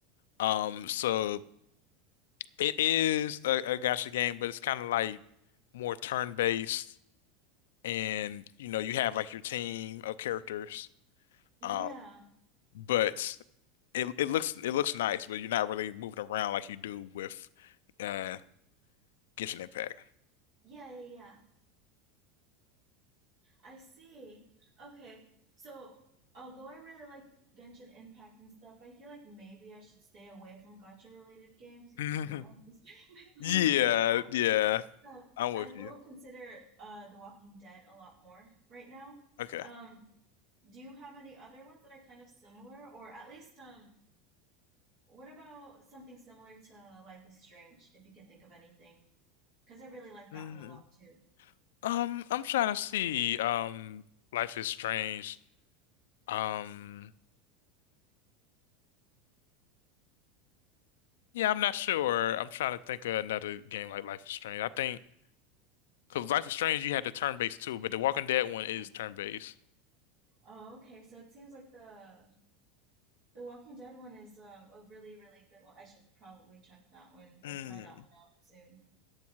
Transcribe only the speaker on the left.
Um, so it is a, a gacha game, but it's kind of like more turn-based, and you know you have like your team of characters.
Um, but it it looks it looks nice, but you're not really moving around like you do with uh Genshin Impact.
<laughs>
Yeah,
yeah,
I'm
with
you.
Okay.
Mhm.
Um, I'm trying to see. Um, Life is Strange. Um, yeah, I'm not sure. I'm trying to think of another game like Life is Strange. I think because Life is Strange, you had the turn-based too, but the Walking Dead one is
turn-based.
Mm.